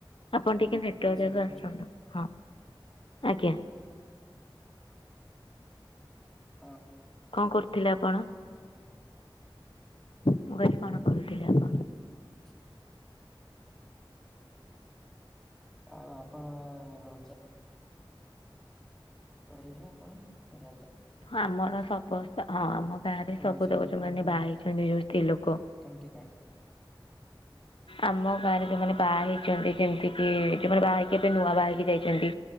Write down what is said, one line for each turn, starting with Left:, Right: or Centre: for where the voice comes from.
Left: ଆପଣ ଟିକେ ନେଟୱାର୍କ
Centre: ଶୁଣିପାରୁ
Left: ଜାଗା ଆସନ୍ତୁ ହଁ ଆଜ୍ଞା।
Centre: ହଁ
Left: କଣ କରୁଥିଲେ ଆପଣ? ମୁଁ କଣ କରଥିଲେ ଆପଣ?
Centre: <unintelligible> ଆଉ ଆପଣ ରଜ କରିଲେ ଆପଣ ରଜ?
Left: ହଁ ଆମର ସମସ୍ତେ ହଁ ଆମ ଗାଁ ରେ ସବୁ
Centre: ରଜ
Left: ତ
Centre: ପର୍ବ
Left: ଯୋଉ ଯୋଉମାନେ
Centre: ଆପଣ
Left: ବାହା ହେଇଛନ୍ତି ଯଉ ସ୍ତ୍ରୀଲୋକ,
Centre: କେମିତି କଣ
Left: ଆମ ବାହାରେ ଯୋଉମାନେ ବାହା ହେଇଛନ୍ତି ଯେମିତି କି ଯୋଉମାନେ ବାହା ହେଇକି ଏବେ ନୂଆ ବାହା ହେଇକି ଯାଇଛନ୍ତି।